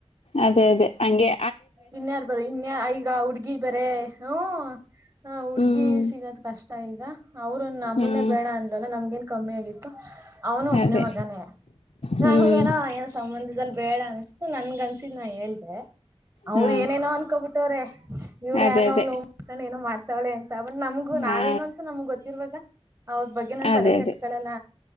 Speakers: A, on the left; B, on the right.
A: ಅದೇ ಅದೇ ಹಗೆ
B: ಇನ್ಯಾರ್ ಬರ ಇನ್ಯ ಈಗ ಹುಡ್ಗಿ ಬೇರೆ ಹ್ಮ ಹ ಹುಡ್ಗಿ
A: ಹ್ಮ್
B: ಸಿಗೋದ ಕಷ್ಟ ಈಗ ಅವ್ರು ನಮ್ಮನ್ನೇ
A: ಹ್ಮ್
B: ಬೇಡ ಅಂದ್ಲಲ್ಲ ನಮ್ಗೇನ್ ಕಮ್ಮಿ ಆಗಿತ್ತು ಅವನು ಒಬ್ನೇ
A: ಅದೇ
B: ಮಗನೇ
A: ಹ್ಮ್
B: ನಂಗೇನೋ ಏನ ಸಂಬಂಧದಲ್ಲಿ ಬೇಡ ಅನ್ಸತು ನನ್ಗ ಅನ್ಸಿದ್ ನಾ ಹೇಳ್ದೆ ಅವರು
A: ಹಾ
B: ಏನೇನೋ ಅನ್ಕೋಬ ಬಿಟ್ಟವ್ರೆ ಇವ್ಳ
A: ಅದೇ
B: ಯಾರನೋ
A: ಅದೇ
B: ಏನು ಮಾಡ್ತಾಳೆಂತ ಬಟ್ ನಮ್ು
A: ಹಾ
B: ನಾವೇನು ಅಂತ ನಮ್ಗ್ ಗೊತ್ತಿರ್ರುವಾಗ ಅವದ ಬಗ್ಗೆ ನಾನ್
A: ಅದೇ
B: ತಲೆ ಕೆಡ್ಸ್ಕೊಳಲ್ಲ
A: ಅದೇ